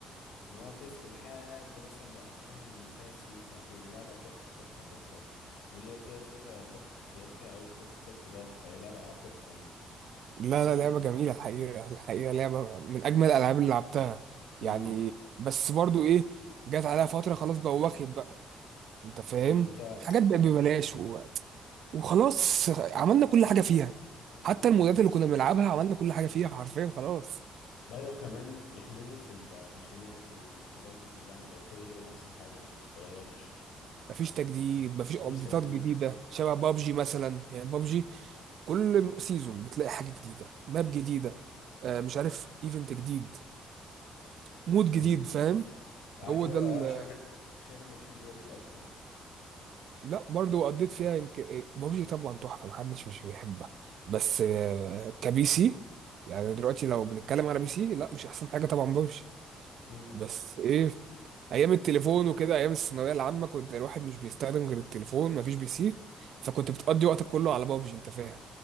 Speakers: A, on the left; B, on the right.
A: من وانا طفل لحد مثلا وقفتها من ثلاث سنين سنتين لعبه تحفه تحفه تحفه وليا فيها ذكرياتها تحفه كنت لعبت فيها او كنت فيها بطولات فهي لعبه تحفه يعني
B: لا
A: حلوه
B: لا لعبة
A: جدا
B: جميلة الحقيقة الحقيقة لعبة من اجمل الالعاب اللي لعبتها
A: امم
B: يعني بس برضو ايه جت عليها فترة خلاص بقى واخد بقى انت فاهم
A: طب وانت
B: حاجات بقت ببلاش وخلاص عملنا كل حاجه فيها
A: ايوه
B: حتى
A: اه
B: المودات
A: خلاص
B: اللي كنا بنلعبها عملنا كل حاجه فيها حرفيا خلاص
A: بدأوا كمان يحلبوا في الميشنات والحاجات دي كلها بقت هي هي نفس الحاجه ما بتتغيرش
B: مفيش تجديد مفيش
A: مفيش
B: ابديتات
A: تجديد
B: جديده شبه بابجي مثلا يعني بابجي كل سيزون بتلاقي حاجه جديده ماب جديده آه، مش عارف ايفنت جديد مود جديد
A: انت
B: فاهم
A: على
B: هو
A: كده
B: ده
A: بقى
B: ال-
A: شكلك شكلك بتحب بابجي اكتر
B: لا برضو قضيت فيها يمكن إيه، بابجي طبعا تحفه محدش مش بيحبها بس آه، كبي سي يعني دلوقتي لو بنتكلم على بي سي لا مش احسن حاجه طبعا بابجي
A: امم
B: بس ايه ايام التليفون وكده ايام الثانويه العامه كنت الواحد مش بيستخدم غير التليفون مفيش بي سي فكنت بتقضي وقتك كله على بابجي انت فاهم